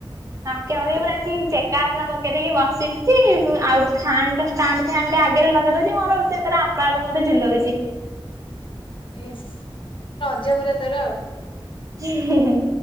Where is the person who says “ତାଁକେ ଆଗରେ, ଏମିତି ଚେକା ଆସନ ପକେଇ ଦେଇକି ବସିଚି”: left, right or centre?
Right